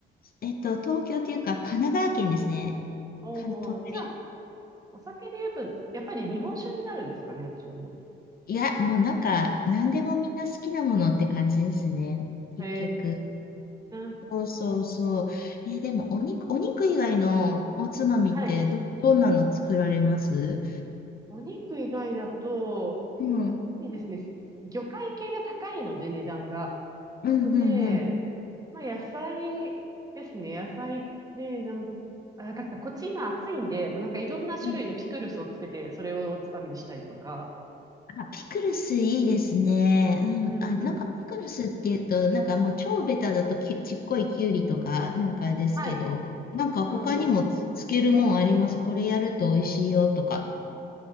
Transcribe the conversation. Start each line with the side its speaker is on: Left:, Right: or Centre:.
Left: えっと、東京というか、神奈川県ですね。
Right: おー、
Left: か、隣。
Right: じゃあ、お酒で言うと、やっぱり日本酒になるんですかね、あっちの方。
Left: いや、もうなんか、何でもみんな好きなものって感じですね。結局。
Right: へー。
Left: そうそうそう。え、でも、お肉、お肉以外のおつまみってど、
Right: はい。
Left: どんなの作られます
Right: お肉以外だと、
Left: うん。うん、
Right: やっぱりですね、魚介系が高いので、値段が。
Left: うん、
Right: なので、まあ、野菜ですね。野菜で、なん、あ、なんかこっち今暑いんで、もうなんかいろんな種類のピクルスをつけて、
Left: うん。
Right: それをおつまみにしたりとか。
Left: あ、ピクルスいいですね。うん。
Right: うんうん。
Left: あ、なんか、ピクルスっていうと、なんかもう超ベタだとき、ちっこいきゅうりとか、なんかですけど、
Right: はい。
Left: なんか他にもつ、
Right: うんうん。
Left: つけるもんあります。これやると美味しいよとか。
Right: あ結